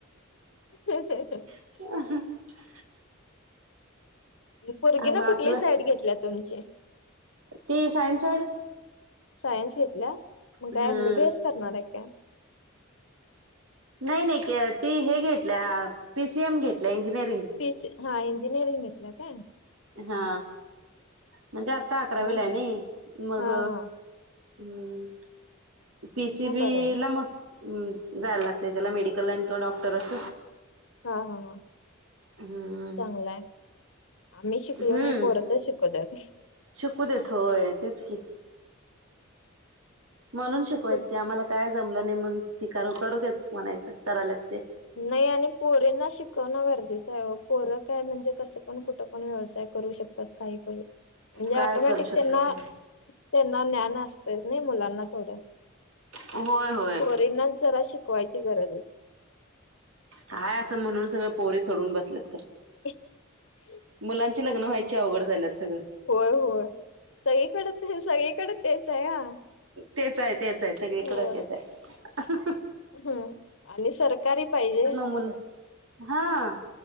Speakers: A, on the left (about 70°); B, on the right (about 90°).
A: <unintelligible>
B: <unintelligible>
A: पोरगी
B: मग
A: न
B: आपलं
A: कुठली साईड घेतल्या तुमची
B: ती सायन्स साइड
A: सायन्स घेतल्या मग
B: हम्म
A: काय एमबीबीएस करणारये का काय
B: नाई नाई ती हे घेतल्या पीसीएम घेतल्या इंजिनिअरिंग
A: पी सी हा इंजिनिअरिंग घेतल्या काय
B: हा
A: हम्म
B: म्हणजे आता अकरावीेला
A: म्हणजे
B: हाय नई मग
A: हा हा
B: हू पिसिबीला
A: मग बरं आहे
B: मग हू जायाला लागतय त्याला मेडिकल लाईन तो डॉक्टर अस
A: हा हा हा
B: हम्म
A: चांगलाय आम्ही शिकलो
B: हम्म
A: नई पोर त शिक कुद्यात
B: शिकू देत होय तेच की म्हणून शिकवायच
A: कुठ
B: की आम्हाला काय जमलं नई म्हणून ती करू करू देत म्हणायचं कराल्यात ते
A: नई आणि पोरींना शिकवणं गरजेचं हाय ओ पोरं काय म्हणजे कसं पण कुठं पण व्यवसाय करू शकतात काही तरी म्हणजे
B: काय
A: आटोमॅटिक
B: करू शकतात
A: त्यांना त्यांना ज्ञान असतय नई मुलांना थोड
B: होय होय
A: पोरींनाच जरा शिकवायची गरज असते
B: काय असं म्हणून सगळं पोरी चढून बसल्यात खर
A: <inaudible>
B: मुलांची लग्न व्हायची अवघड झाल्यात सगळं
A: होय होय सगळीकडे ते सगळीकडे तेच ये हा.
B: तेच हाय तेच हाय सगळीकडे
A: होय
B: तेच हाय.
A: हम्म, आणि सरकारी पाहिजे.
B: हो ना, हा